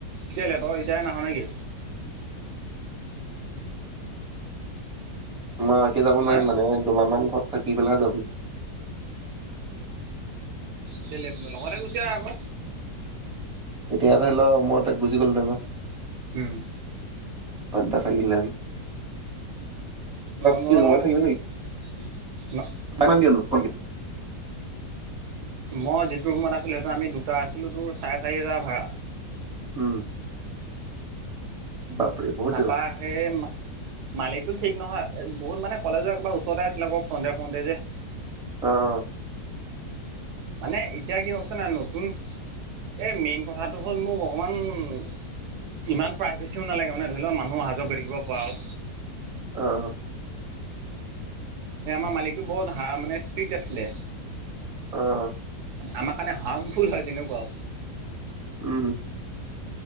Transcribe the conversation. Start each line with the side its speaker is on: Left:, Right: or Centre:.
Right: কেলে তই এতিয়াই নাহ নেকি?
Centre: মই এতিয়া যাব
Right: হা
Centre: নোৱাৰিম মানে দুমাহ মান ঘৰত থাকি পেলাইহে যাবি।
Right: কেলে লগতে গুচি আহ আকৌ।
Centre: তেতিয়া ধৰি লও মই তাক বুজি গলোহেতেন ন।
Right: উমঁ।
Centre: পদদা থাগিলেন।
Right: তোমালোকৰ
Centre: কি ৰুমতে
Right: লগত
Centre: থাকিবি নেকি
Right: ন।
Centre: কিমান দিয়েনু কয়গে-
Right: মই যিটো ৰুমত আছিলোঁ সেইটো আমি দুটা আছিলোঁ তোৰ চাৰে চাৰি হাজাৰ ভাড়া।
Centre: উমঁ! বাপৰে বহুত
Right: তাপাৰ-
Centre: দিন
Right: সেই মালিকটো ঠিক নহয় বহুত মানে কলেজৰ একবাৰ ওচৰতে আছিলে আকৌ ফ্ৰন্টে ফ্ৰণ্টে যে।
Centre: অঁ!
Right: মানে এতিয়া কি হ'ল ক‌ইছো নাই নতুন এই মেইন কথাটো হ'ল মোক অকমান- ইমান প্ৰাইভেচিও নালাগে মানে ধৰি লওক মানুহ অহা যোৱা কৰি থাকিব পৰা আৰ।
Centre: অঁ অঁ!
Right: আমাৰ মালিকটো বৰ ধা মানে ষ্ট্ৰিক্ট আছিলে।
Centre: অঁ!
Right: আমাৰ কাৰণে হাৰ্মফুল হয়ঁ তেনেকুৱাও।
Centre: উমঁ!